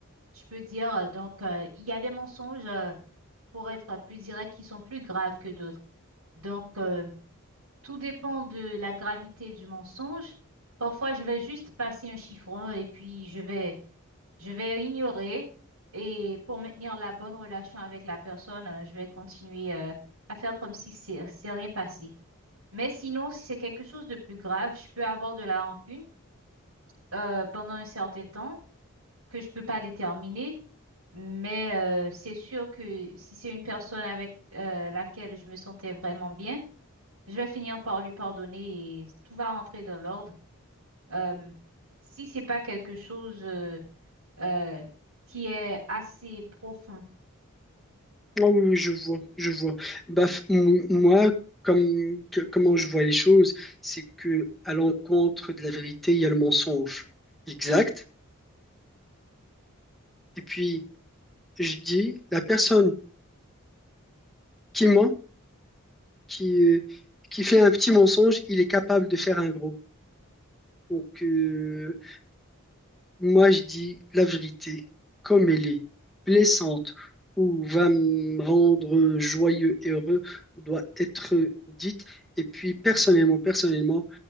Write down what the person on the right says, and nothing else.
je peux dire. Euh, Donc, euh, il y a des mensonges euh, pour être plus direct qui sont plus graves que d'autres. Donc, euh, tout dépend de la gravité du mensonge. Parfois, je vais juste passer un chiffon et puis je vais Je vais ignorer et pour maintenir la bonne relation avec la personne, euh, je vais continuer euh, à faire comme si c'est c'est rien passé. Mais sinon, si c'est quelque chose de plus grave, je peux avoir de la rancune euh, pendant un certain temps que je peux pas déterminer. Mais euh, c'est sûr que si c'est une personne avec euh, laquelle je me sentais vraiment bien, je vais finir par lui pardonner et tout va rentrer dans l'ordre. Euh, si c'est pas quelque chose euh, euh, qui est assez profond.